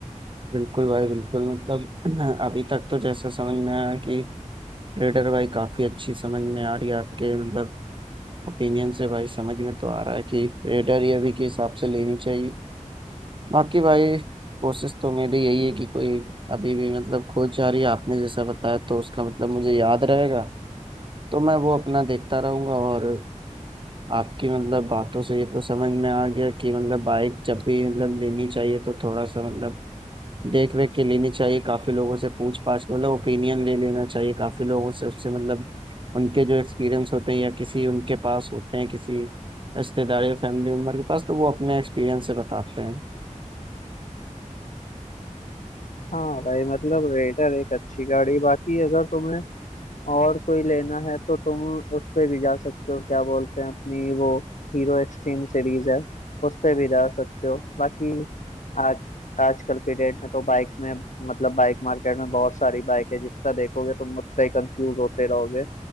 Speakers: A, on the right; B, on the left.
A: बिल्कुल भाई बिल्कुल मतलब <clears throat> अभी तक तो जैसा समझ में आया कि रेडर भाई काफी अच्छी समझ में आ रही है आपके मतलब ओपिनियन से भाई समझ में तो आ रहा है कि रेडर ही अभी के हिसाब से लेनी चाहिए बाकी भाई कोशिश तो मेरी यही है कि कोई अभी भी मतलब खोज जारी है आपने जैसा बताया तो उसका मतलब मुझे याद रहेगा तो मैं वो अपना देखता रहूंगा और आपकी मतलब बातों से ये तो समझ में आ गया कि मतलब बाइक जब भी मतलब लेनी चाहिए तो थोड़ा सा मतलब देख रेख के लेनी चाहिए काफी लोगों से पूछ पाछ के मतलब ओपिनियन ले लेना चाहिए काफी लोगों से उससे मतलब उनके जो एक्सपीरियंस होते हैं या किसी उनके पास होते हैं किसी रिश्तेदार या फैमिली मेम्बर के पास तो वो अपने एक्सपीरियंस से बताते हैं
B: हाँ भाई मतलब रेडर एक अच्छी गाड़ी बाकी अगर तुम्हें और कोई लेना है तो तुम उस पे भी जा सकते हो क्या बोलते हैं अपनी वो हीरो एक्सट्रीम सीरीज है उस पे भी जा सकते हो बाकी आज आजकल के डेट में तो बाइक में मतलब बाइक मार्केट में बहुत सारी बाइक है जितना देखोगे तुम उतना ही कंफ्यूज होते रहोगे